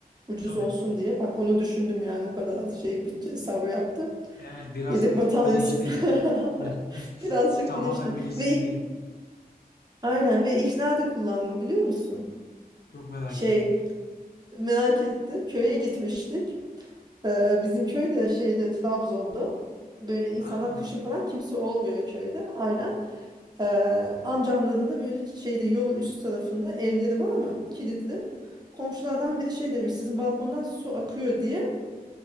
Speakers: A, on the right; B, on the left.
A: Ucuz
B: Tabii.
A: olsun diye. Bak onu düşündüm yani o kadar şey bütçe hesabı yaptım.
B: Evet biraz
A: Yedek bataryasız
B: bilinçli.
A: <laughs>
B: <laughs>
A: birazcık
B: Tamamen
A: bilinçli.
B: bilinçsiz
A: Ve ilk,
B: değil.
A: aynen ve ilk nerede kullandım biliyor musun?
B: Çok merak
A: Şey
B: ettim.
A: merak ettin köye gitmiştik. Ee, bizim köyde şeyde Trabzon'da böyle insanlar
B: Ha,
A: kışın falan kimse olmuyor köyde aynen. Ee, amcamların da böyle şeyde yolun üst tarafında evleri var ama kilitli. Komşulardan biri şey demiş sizin balkondan su akıyor diye